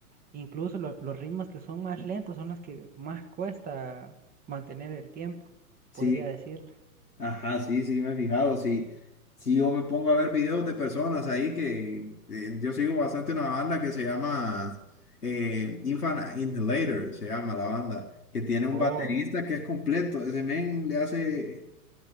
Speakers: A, on the right; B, on the left.
A: Incluso lo- los ritmos que son más lentos son los que más cuesta mantener el tiempo,
B: Sí.
A: podría decirle.
B: Ajá, sí, sí, me he fijado. Sí, sí, yo me pongo a ver videos de personas ahí que eh, yo sigo bastante una banda que se llama eh, Infinite Inhaler, se llama la banda, que tiene un
A: Oh,
B: baterista que es completo. Ese men le hace,